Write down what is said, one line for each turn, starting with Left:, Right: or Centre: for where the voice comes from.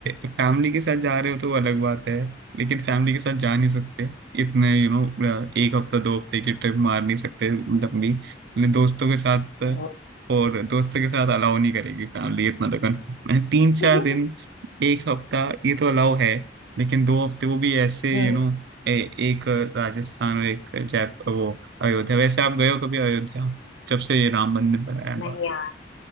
Right: फैमिली के साथ जा रहे हो तो वो अलग बात है लेकिन फैमिली के साथ जा नहीं सकते इतने यू you नो एक हफ्ता दो हफ्ते की ट्रिप मार नहीं सकते लंबी लेकिन दोस्तों के साथ
Left: वो
Right: और दोस्तों के साथ अलाउ नहीं करेगी फैमिली इतना तो confirm है तीन चार
Left: <laughs>
Right: दिन एक हफ्ता ये तो अलाउ है लेकिन दो हफ्ते वो भी ऐसे
Left: हम्म
Right: यू you नो एक राजस्थान और एक जय वो अयोध्या वैसे आप गए हो कभी अयोध्या जब से ये राम मंदिर बनाया
Left: नहीं
Right: हुआ
Left: यार